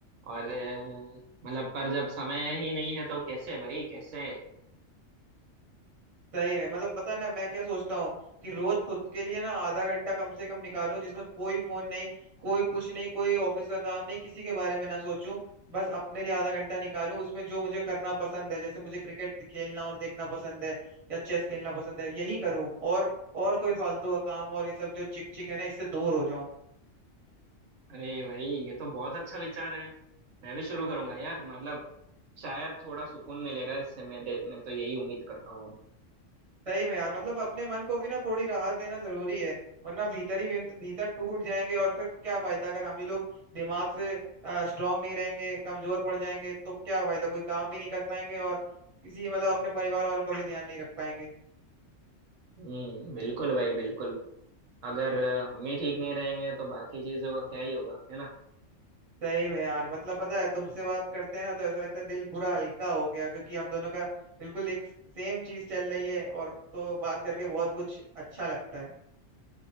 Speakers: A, on the right (about 75°); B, on the right (about 30°).
A: और अ, मतलब पर जब समय ही नहीं है तो कैसे भाई कैसे
B: सही में मतलब बता ना मैं क्या सोचता हूँ कि रोज खुद के लिए ना आधा घंटा कम से कम निकालूं जिसमें कोई फोन नहीं कोई कुछ नहीं कोई ऑफिस का काम नहीं किसी के बारे में ना सोचूं बस अपने लिए आधा घंटा निकालूं उसमें जो मुझे करना पसंद है जैसे मुझे क्रिकेट खेलना और देखना पसंद है या चेस खेलना पसंद है यही करूं और और कोई फालतू का काम और ये सब जो चिक चिक है ना इससे दूर हो जाऊं
A: अरे भाई ये तो बहुत अच्छा विचार है मैं भी शुरू करूंगा यार मतलब शायद थोड़ा सुकून मिलेगा इससे मेरे मैं तो यही उम्मीद करता हूँ अब
B: सही में यार मतलब अपने मन को भी ना थोड़ी राहत देना जरूरी है वरना भीतर ही भीतर भीतर टूट जाएंगे और फिर क्या फायदा अगर हम ही लोग दिमाग से स्ट्रांग नहीं रहेंगे कमजोर पड़ जाएंगे तो क्या फायदा कोई काम भी नहीं कर पाएंगे और किसी मतलब अपने परिवार वालों को भी ध्यान नहीं रख पाएंगे
A: हम्म बिल्कुल भाई बिल्कुल अगर अ, हम ही ठीक नहीं रहेंगे तो बाकी चीजों का क्या ही होगा है ना
B: सही में यार मतलब पता है तुमसे बात करते हैं ना तो ऐसा लगता है दिल पूरा हल्का हो गया क्योंकि हम दोनों का बिल्कुल एक सेम चीज चल रही है और तो बात करके बहुत कुछ अच्छा लगता है